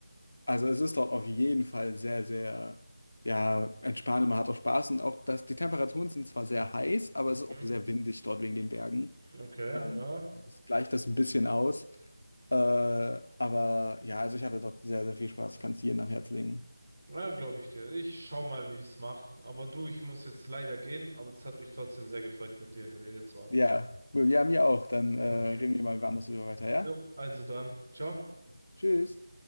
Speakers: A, on the left; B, on the right.
A: Also es ist dort auf jeden Fall sehr, sehr, ja, entspannend. man hat auch Spaß und auch das, die Temperaturen sind zwar sehr heiß, aber es ist
B: Mhm.
A: auch sehr windig dort wegen den Bergen.
B: Okay,
A: Ähm,
B: ja.
A: also es gleicht das ein bisschen aus. Äh, aber ja, also ich hatte dort sehr, sehr viel Spaß, Ich kann es jedem am Herzen legen.
B: Ja, glaube ich dir. Ich schau mal, wie ich's mache. Aber du, ich muss jetzt leider gehen, aber das hat mich trotzdem sehr gefreut, mit dir geredet zu haben.
A: Ja, cool. ja, mir auch. Dann
B: Okay.
A: äh, reden wir mal wann das über weiter,
B: Jo,
A: ja?
B: also dann, ciao.
A: Tschüss.